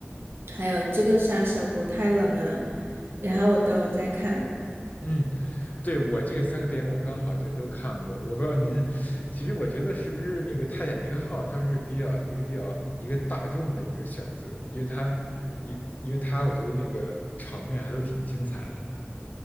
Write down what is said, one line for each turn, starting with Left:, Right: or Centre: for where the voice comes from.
Right: 还有这个《杀手不太冷》啊，然后我都有在看。
Left: 嗯，对，我这个三个电影我刚好就都看过，我不知道您，其实我觉得是不是那个《泰坦尼克号》它是比较一个比较一个大众的一个选择，因为它，因因为它我觉得那个场面还都挺精彩的，